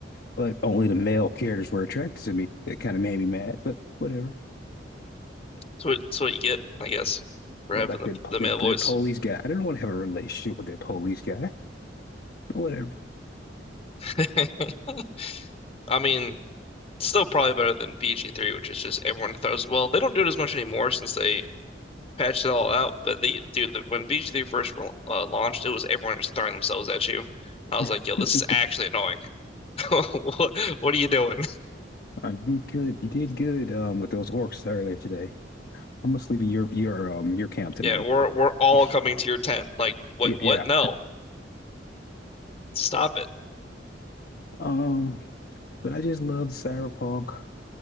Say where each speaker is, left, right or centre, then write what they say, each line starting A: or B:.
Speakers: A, on the left; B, on the left.
A: but only the male characters were attracted to me. That kind of made me mad, but whatever.
B: So it's what you get, I guess, for
A: Yeah,
B: having
A: like
B: the,
A: that
B: the
A: that,
B: male voice.
A: that police guy. I didn't want to have a relationship with that police guy. Whatever.
B: <laughs> I mean, it's still probably better than BG3, which is just everyone throws. Well, they don't do it as much anymore since they patched it all out. But they, dude, when bg three first uh, launched, it was everyone just throwing themselves at you. I
A: <laughs>
B: was like, yo, this is actually annoying. <laughs> What, what are you doing?
A: I did good. You did good um with those orcs earlier today. I'm gonna sleep in your your um your camp tonight.
B: Yeah, we're we're all coming
A: <laughs>
B: to your tent. Like, what?
A: Yeah,
B: What?
A: yeah.
B: No, stop it.
A: Um, but I just loved Cyberpunk.